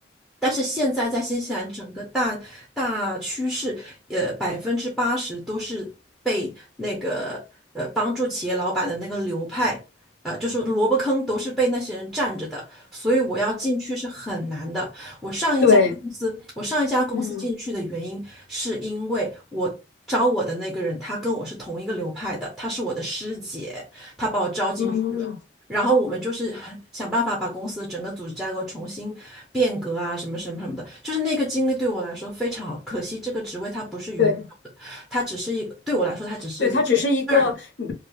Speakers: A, in the centre; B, on the left.
A: 但是现在在新西兰整个大大趋势，呃，百分之八十都是被那个呃帮助企业老板的那个流派，呃，就是萝卜坑都是被那些人占着的，所以我要进去是很难的。我上一家公司，
B: 对，
A: 我上一家公司进去的原因，
B: 嗯
A: 是因为我招我的那个人，他跟我是同一个流派的，他是我的师姐，他把我招进去了。
B: 嗯，
A: 然后我们就是很想办法把公司整个组织架构重新变革啊，什么什么什么的。就是那个经历对我来说非常好，可惜这个职位它不是永久的，
B: 对。
A: 它只是一个对我来说它只是一个
B: 对，它只是一个你。
A: term